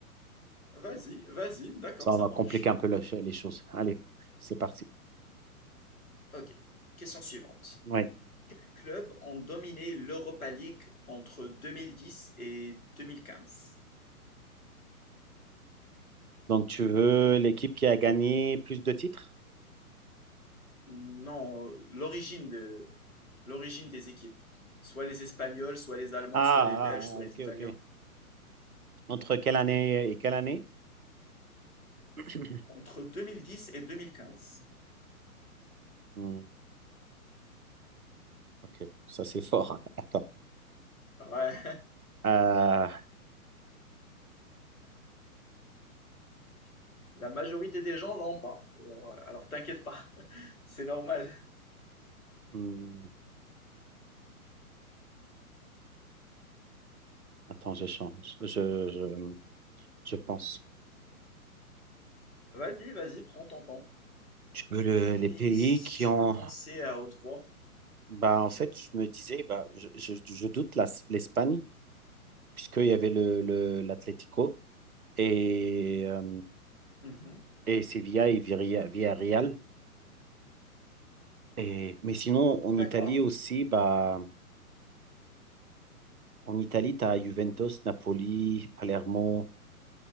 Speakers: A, on the left; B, on the right.
A: Vas-y, vas-y, d'accord,
B: Ça,
A: ça
B: on va
A: marche.
B: compliquer un peu la les choses. Allez, c'est parti.
A: Ok, question suivante.
B: Ouais.
A: Quels clubs ont dominé l'Europa League entre 2010 et 2015?
B: Donc, tu veux l'équipe qui a gagné plus de titres?
A: Non, l'origine de l'origine des équipes. Soit les Espagnols, soit les Allemands,
B: Ah,
A: soit les Belges,
B: ah, ah,
A: soit les
B: ok,
A: Italiens.
B: ok. Entre quelle année et quelle année? <coughs>
A: Entre 2010 et 2015.
B: Hmm, ok, ça c'est fort. Attends.
A: Ouais,
B: Euh,
A: <laughs> la majorité des gens l'ont pas. Alors, alors t'inquiète pas, <laughs> c'est normal.
B: hmm, attends, je change. Je, je, je pense.
A: Vas-y, vas-y, prends ton temps.
B: Tu veux le-
A: Si,
B: les pays
A: si
B: qui
A: tu
B: ont
A: peux penser à haute voix.
B: Bah, en fait, je me disais, bah, je, je, je doute la- l'Espagne, puisqu'il y avait le, le, l'Atlético et, euh,
A: Mhm.
B: et Sevilla et Viria- Villarreal. Et, mais sinon, en
A: D'accord.
B: Italie aussi, bah, en Italie, tu as Juventus, Napoli, Palermo.